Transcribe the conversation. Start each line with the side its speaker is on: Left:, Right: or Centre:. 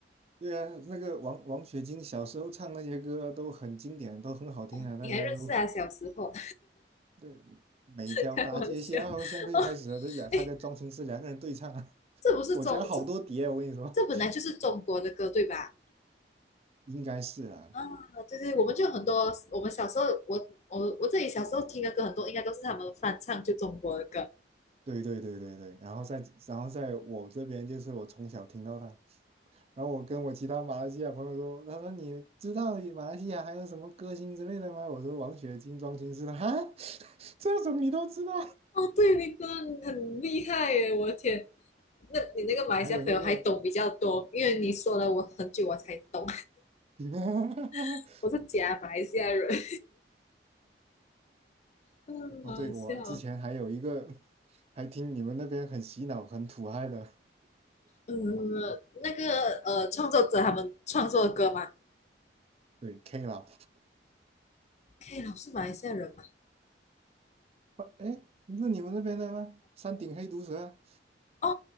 Right: 对啊，那个王王雪晶小时候唱那些歌都很经典，都很好听啊，
Left: <laughs>
Right: 大家都
Left: 你还认识啊？小时候？
Right: 对，每条大街小巷都开始了，
Left: <laughs> 开玩笑哦，
Right: 这俩他跟庄心思两个人对唱啊，
Left: <laughs> 哎，这不是中这
Right: <laughs> 我家好多碟啊，我跟你说，
Left: 这本来就是中国的歌对吧？
Right: <laughs> 应该是啦、
Left: 啊，对对，我们就很多，我们小时候我我我自己小时候听的歌很多，应该都是他们翻唱就中国的歌。
Right: 对对对对对，然后在然后在我这边就是我从小听到他，然后我跟我其他马来西亚朋友说，他说你知道马来西亚还有什么歌星之类的吗？我说王雪晶、庄心思，哈，<laughs> 这种你都知道，
Left: 哦，对，你真的很厉害耶！我的天，那你那个马来西亚朋友还懂比较多，
Right: <laughs> 还有那个。
Left: 因为你说了我很久我才懂，
Right: <laughs>
Left: <laughs> 我是假马来西亚人。<laughs> 嗯，
Right: 哦，
Left: 好好笑哦。
Right: 对，我之前还有一个，还听你们那边很洗脑、很土嗨的，
Left: 嗯，那个呃，创作者他们创作的歌嘛
Right: 对 K 老，
Left: 可以，老是马来西亚人嘛？
Right: 哎，不是你们那边的吗？山顶黑毒蛇啊
Left: 哦，